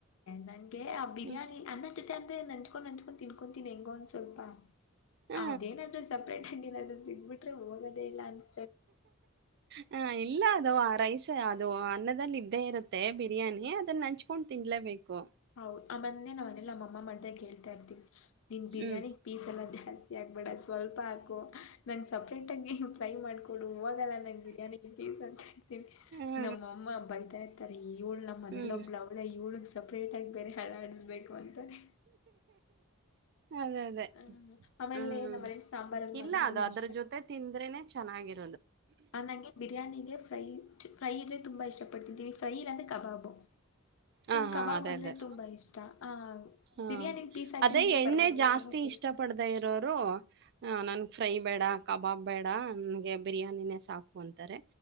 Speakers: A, on the left; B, on the right.
A: ನಂಗೆ ಆ ಬಿರಿಾನಿ
B: ಹ್ಮ
A: ಅನ್ನ ಜೊತೆ ಅಂದ್ರೆ ನಂಚ್ಕೊಂಡ್ ನಂಚ್ಕೊಂಡ್ ತಿನ್ಕೊತೀನಿ ಹೆಂಗೊ ಒಂದ್ ಸ್ವಲ್ಪ
B: ಹಾ
A: ಅದೇನಾದ್ೂ ಸಪ್ರೇಟ್ ಆಗನಾದ್ರರು ಸಿಗ್ಬಿಟ್ರೆ ಹೋಗೋದೇ ಇಲ್ಲ ಅನ್ಸ
B: ಹ ಇಲ್ಲ ಅದು ಆ ರೈಸ್ ಅದು ಅನ್ನದಲ್ಲಿ ಇದ್ದೇ ಇರುತ್ತೆ ಮತ್ತೆ ಬಿರಿಯಾನಿ ಅದನ್ನ ಹಂಚ್ಕೊಂಡ್ ತಿನ್ಲೇಬೇಕು
A: ಹೌದು ಆ ಮಂದೇ ನಾವ್ನೆಲ್ಲ ನಮ್ಮ ಮಾಡ್ದಾಗ ಹೇಳ್ತಾ ಇರ್ತೀನಿ ನಿನ್ ಬಿರಿಯಾನಿ
B: ಹ್ಮ್
A: ಪೀಸ್ ಎಲ್ಲ ಜಾಸ್ತಿ ಆಕ್ಬೇಡ ಸ್ವಲ್ಪ ಹಾಕು ನಂ್ ಸಪ್ರೇಟ್ ಆಗಿ ಫ್ರೈ ಮಾಡ್ಕೊಡು ಇವಾಗಲ್ಲಾ ನಂಗ್ ಬಿರಿ್ಯಾನಿ ಪೀಸ್ ಅಂತ ಿ
B: ಹ
A: ನಮ್ಮಮ್ಮ ಬೈತಾ ಇರ್ತಾರೆ ಇವ್ಳು ನಮ್ಮ ಮನೇಲಿ
B: ಹ್ಮ್
A: ಒಬ್ಳ ಅವ್ಳ ಇವಳು ಬೇಟಾಗಿ ಬೇರೆ ಹಳ ಆಡಿಸಬೇಕು ಅಂತಾರೆ
B: ಅದೇ ಅದೇ
A: ಹ್ಮ್ ಆಮೇಲೆ
B: ಹ್ಮ್
A: ನಮ್ಮ ಮನೇಲಿ ಸಾಂಬಾರಲ್ಲಿ
B: ಇಲ್ಲ
A: ಮಾಡ್ರೆ ನನ್ಗೆ
B: ಅದು ಅದ್ರ
A: ಇಷ್ಟ ಆಗಲ್ಲ
B: ಜೊತೆ ತಿಂದ್ರೇನೆ ಚೆನ್ನಾಗಿತ್ತು
A: ಆ ನಂಗೆ ಬಿರಿಯಾನಿಗೆ ಫ್ರೈ ಫ್ರೈ ಅಂದ್ರೆ ತುಂಬಾ ಇಷ್ಟ ಪಡ್ತಿದ್ದೀನಿ ಫ್ರೈ ಇಲ್ಲಂದ್ರೆ ಕಬಾಬು
B: ಹಾ
A: ನಂಗ
B: ಹಾ
A: ಕಬಾಬ್
B: ಅದೇ
A: ಬಂದ್ರೆ
B: ಅದೇ
A: ತುಂಬಾ ಇಷ್ಟ ಆ
B: ಹಾ
A: ಬಿರಿಯಾನಿಲಿ ಪೀಸ್ ಹಾಕಿಲ್ಲ
B: ಅದೇ
A: ಅಂದ್ರೂ
B: ಎಣ್ಣೆ
A: ಪರವಾಗಿಲ್ಲ
B: ಜಾಸ್ತಿ
A: ಕಬಾಬ್ ಕೊಟ್ಟ
B: ಇಷ್ಟ ಪಡ್ದ ಇರೋರು ಹ ನನ್ ಫ್ರೈ ಬೇಡ ಕಬಾಬ್ ಬೇಡ ನನ್ಗೆ ಬಿರಿಯಾನಿನೇ ಸಾಕು ಅಂತಾರೆ